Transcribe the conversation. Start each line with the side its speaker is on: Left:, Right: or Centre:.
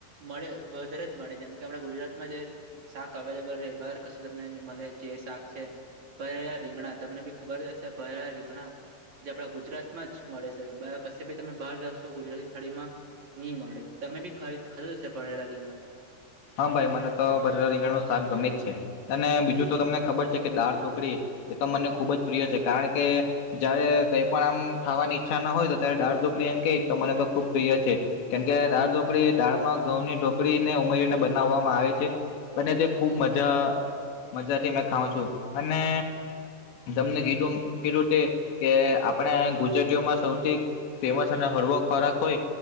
Right: મળે વધારે જ મળે જેમ, કે આપણા ગુજરાતમાં જે શાક અવેલેબલ ર બાર તમને મળે જે શાક છે, ભરેલા રીંગણા તમને બી ખબર જ હશે ભરેલા રીંગણા જે આપડા ગુજરાતમાં જ મળે છે, કશે ભી તમે બહાર જાશો ગુજરાતી થાળીમા નઈ મળે તમે બી ખ ખર હશે, ભણેલા રીમણા
Left: હા ભાઈ મને તો બરે રીંગાણ નું શાક ગમે જ છે, અને બીજું તો તમને ખબર છે, કે દાળ ઢોકળી એ તો મને ખુબ જ પ્રિય છે કારણ કે જયારે કઈ પણ આમ ખાવાની ઈચ્છા ના હોય તો ત્યારે દાળઢુકડી એમ ક તો મને તો ખુબ પ્રિય છે. કેમ કે દાળ ઢોકડી દાળ માં ઘઉંની ઢોકરી ને ઉમેરીને બનાવવામાં આવે છે, અને તે ખુબ મજા મજાથી અમે ખાઉં છુ, અને તમને કીધુ-કીધુ તે કે આપણે ગુજરાતીઓમાં સૌથી ફેમસ અને હળવો ખોરાક હોય.